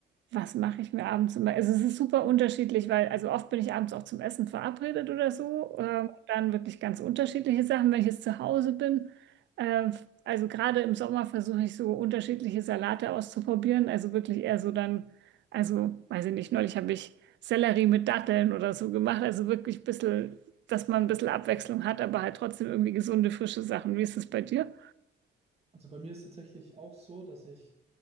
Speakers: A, on the right (about 65°); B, on the right (about 30°).
A: was mache ich mir abends immer? Also es ist super unterschiedlich, weil also oft bin ich abends auch zum Essen verabredet oder so. Ähm, dann wirklich ganz unterschiedliche Sachen, wenn ich jetzt zu Hause bin. Äh, also gerade im Sommer versuche ich so unterschiedliche Salate auszuprobieren. Also wirklich eher so dann, also weiß ich nicht, neulich habe ich Sellerie mit Datteln oder so gemacht. Also wirklich ein bisschen, dass man ein bisschen Abwechslung hat, aber halt trotzdem irgendwie gesunde, frische Sachen. Wie ist es bei dir?
B: Also bei mir ist tatsächlich auch so, dass ich